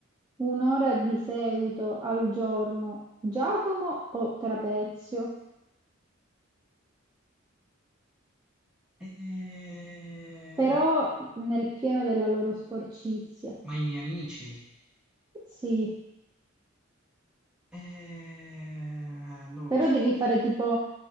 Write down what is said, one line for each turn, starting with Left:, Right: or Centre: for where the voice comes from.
Right: un'ora di seguito al giorno Giacomo o Trapezio?
Centre: Eh,
Right: Però nel pieno della loro sporcizia.
Centre: Ma i miei amici?
Right: Sì,
Centre: Eh, Non
Right: però
Centre: lo so,
Right: devi fare tipo